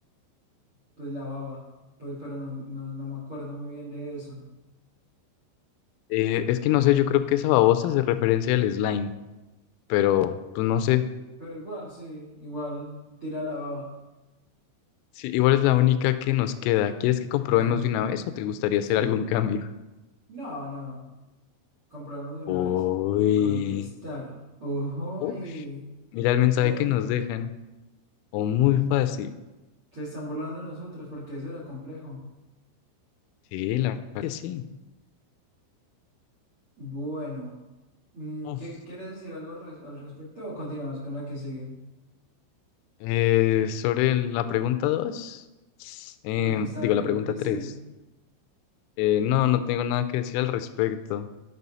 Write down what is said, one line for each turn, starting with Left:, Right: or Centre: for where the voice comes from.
Right: Pues la baba, pues, pero no, no, no me acuerdo muy bien de eso.
Left: Eh, es que no sé, yo creo que esa babosa se referencia al slime, pero pues no sé.
Right: Pero igual, sí, igual tira la baba,
Left: Sí, igual es la única que nos queda. ¿Quieres que comprobemos
Right: <laughs> claro.
Left: de una vez o te gustaría
Right: Sí,
Left: hacer algún cambio?
Right: no, no, comprobemos de una
Left: Uy.
Right: vez. Contestar. Uy,
Left: Uf, mira el mensaje
Right: era
Left: que
Right: un
Left: nos
Right: poco...
Left: dejan. O muy
Right: mm,
Left: fácil.
Right: Se están burlando de nosotros porque eso era complejo.
Left: Sí, la verdad que sí.
Right: Bueno, mm,
Left: Uf.
Right: ¿qué, quieres decir algo res- al respecto o continuamos con la que sigue?
Left: Eh, sobre la pregunta dos. em,
Right: Uy, eso está
Left: digo
Right: re
Left: la pregunta
Right: difícil.
Left: 3. Eh, no, no tengo nada que decir al respecto.